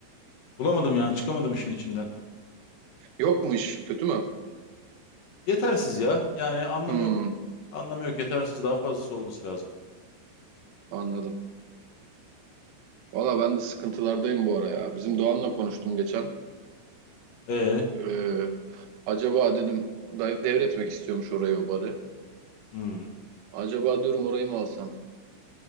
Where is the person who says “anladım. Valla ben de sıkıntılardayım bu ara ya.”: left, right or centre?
Right